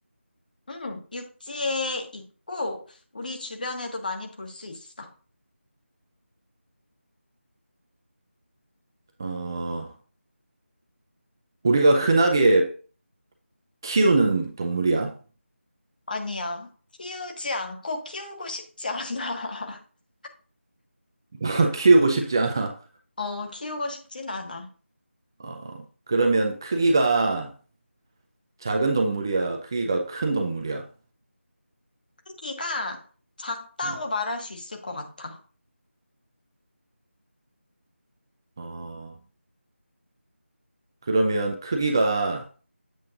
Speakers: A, on the left; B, on the right.
A: 응, 육지에 있고, 우리 주변에도 많이 볼 수 있어.
B: 어, 우리가 흔하게 키우는 동물이야?
A: 아니야. 키우지 않고 키우고 싶지 않아. <laughs>
B: <laughs> 키우고 싶지 않아.
A: 어, 키우고 싶진 않아.
B: 어, 그러면 크기가 작은 동물이야? 크기가 큰 동물이야?
A: 크기가 작다고
B: 어,
A: 말할 수 있을 것 같아.
B: 어, 그러면 크기가